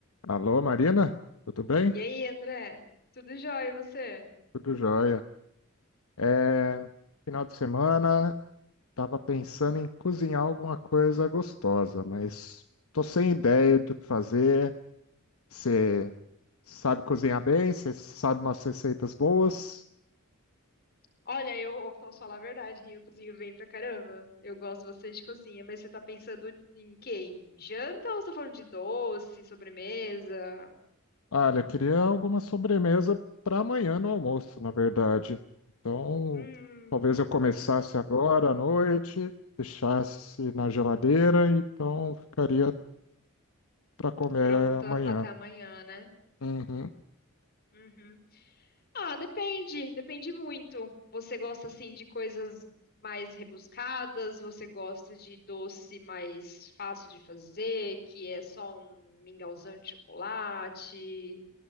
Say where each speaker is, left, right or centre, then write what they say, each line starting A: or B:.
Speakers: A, on the left; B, on the left.
A: Alô, Marina? Tudo bem?
B: E aí, André? Tudo jóia, e você?
A: Tudo jóia. É, final de semana, estava pensando em cozinhar alguma coisa gostosa, mas tô sem ideia do que fazer. Você sabe cozinhar bem? Você sabe umas receitas boas?
B: Olha, eu eu posso falar a verdade, eu cozinho bem pra caramba. Eu gosto bastante de cozinha, mas você tá pensando em quê? Em janta ou você tá falando de doce, sobremesa?
A: Olha, eu queria alguma sobremesa para amanhã no almoço, na verdade. Então,
B: Hum,
A: talvez eu começasse agora à noite, deixasse na geladeira, então ficaria para comer
B: pronta
A: amanhã.
B: até amanhã, né?
A: Uhum.
B: Uhum. Ah, depende, depende muito. Você gosta assim de coisas mais rebuscadas? Você gosta de doce mais fácil de fazer, que é só um mingauzão de chocolate?